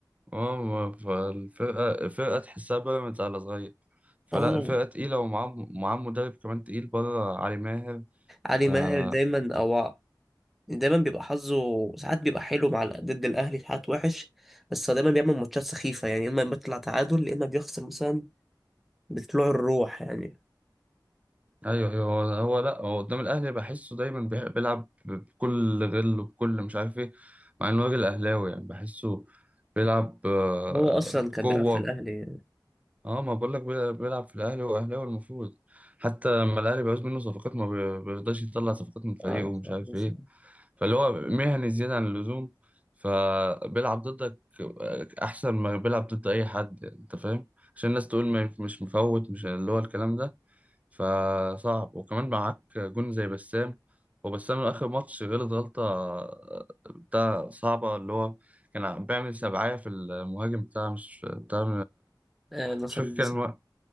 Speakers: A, on the right (about 20°); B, in the centre.
A: اه ما- فالفرقة الفرقة تحسها بيراميدز على صغير فلا
B: اه
A: الفرقة تقيلة ومعاه معاه مدرب كمان تقيل بره علي ماهر
B: علي
A: آه،
B: ماهر دايما او دايما بيبقى حظه ساعات بيبقى حلو مع ضد الاهلي ساعات وحش بس هو دايما بيعمل ماتشات سخيفه يعني اما بيطلع تعادل يا اما بيخسر مثلا بطلوع الروح يعني
A: ايوه ايوه هو هو لا هو قدام الاهلي بحسه دايما بيح- بيلعب بكل غل وبكل مش عارف ايه مع انه راجل اهلاوي يعني بحسه بيلعب آه،
B: هو اصلا كان
A: بقوه
B: بيلعب في الاهلي يعني.
A: اه ما بقول لك بي- بيلعب في الاهلي هو اهلاوي المفروض حتى لما الاهلي بيعوز منه صفقات ما بي- بيرضاش يطلع صفقات من فريقه
B: اه
A: ومش عارف
B: خلاص.
A: ايه فاللي هو مهني زياده عن اللزوم فبيلعب ضدك آه، احسن ما بيلعب ضد اي حد يعني، انت فاهم عشان الناس تقول ما مش مفوت مش اللي هو الكلام ده فصعب وكمان معاك جون زي بسام وبسام آخر ماتش غلط غلطة بتاع صعبة اللي هو كان بيعمل سبعية في المهاجم بتاع مش بتاع
B: آه، ناصر
A: مش فاكر
B: منسي
A: كان الو-